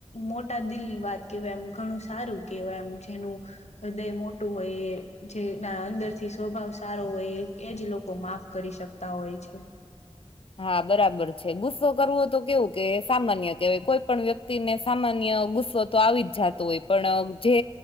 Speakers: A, on the left (about 70°); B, on the left (about 50°).
A: મોટા દિલની વાત કેવાય એમ ઘણું સારું કેવાય એમ જેનું હૃદય મોટુ હોય એ જેના અંદર થી સ્વભાવ સારો હોય એ એજ લોકો માફ કરી શક તા હોય છે
B: હા બરાબર છે ગુસ્સો કરવો તો કેવું કે સામાન્ય કેવાય કોઈ પણ વ્યક્ત ક્તિ ને સામાન્ય ગુસ્સો તો આવી જ જાતો હોય પણ જે